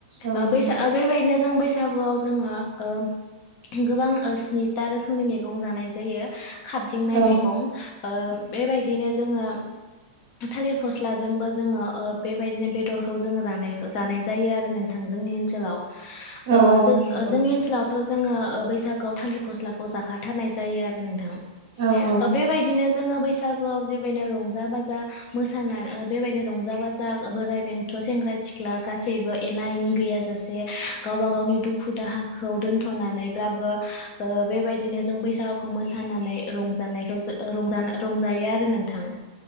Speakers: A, on the right (about 55°); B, on the left (about 30°).
A: औ
B: ओ
A: नोंथां
B: बैसाग बेबादिनो जोंङो बैसागो बैसागुआव जोंङो ओ गोबां ओ स्निथा रोखोमनि मैगं जानाय जायो । खाबदिंनाय
A: औ
B: मैगं ओ बेबायदिनो जोंङो थालिर फस्लाजोंबो जोंङो ओ बेबायदिनो बेदरखौ जोंङो जानाय जानाय जायो आरो नोंथां जोंनि ओनसोलाव। ओ
A: औ औ
B: जों
A: नंगौ
B: जोंनि ओनसोलाव जोंङो ओ बैसागोआव थालिर फस्लाखौ जाखाथारनाय जायो आरो नोंथां। ओ
A: औ औ
B: बेबायदिनो जोंङो बैसागोआव जबेबायदिनो रंजा बाजा मोसा बेबायदिनो रंजा बाजा बोराइ बेनथ' गथ' सेंग्रा सिख्ला गासैबो एना एनि गैयाजासे गावबा गावनि दुखु दाहाखौ दोनथ' नानैल्बाबो ओ बेबायदिनो जों बैसागुखौ मोसानानै रंजानायखौ रंजा रंजायो आरो नोंथां